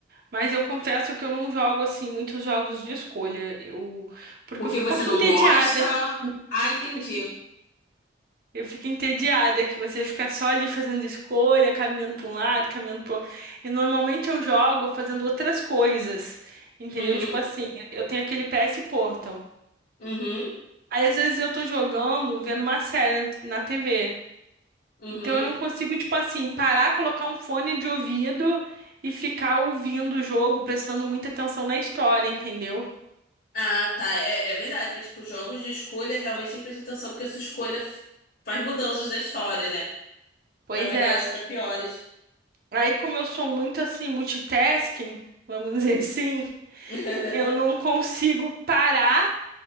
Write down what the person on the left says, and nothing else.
Porque
você
não
gosta? Ah, entendi.
Uhum,
uhum,
uhum.
Ah, tá. É, é verdade. Porque, tipo, jogos de escolha realmente tem que prestar atenção, porque a sua escolha f- faz mudanças na história, né?
Pra melhores,
pra piores.
<laughs>